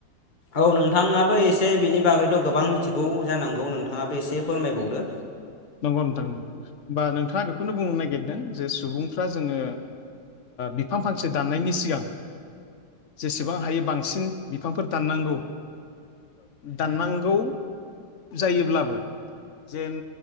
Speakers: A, on the left (about 25°); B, on the left (about 45°).
A: औ नोंथाङाबो एसे बिनि बागै थ' गोबां मिथिगौ जानांगौ नोंथाङा बे एसे फोरमायबावदो
B: नंगौ नोंथां नगौ बा नोंथाङा बेखौनो बुंनो नागिरदों जे सुबुंफ्रा जोङो बिफां फांसे दाननायनि सिगां जेसेबां हायो बांसिन बिफांफोर दाननांगौ दाननांगौ जायोब्लाबो जेन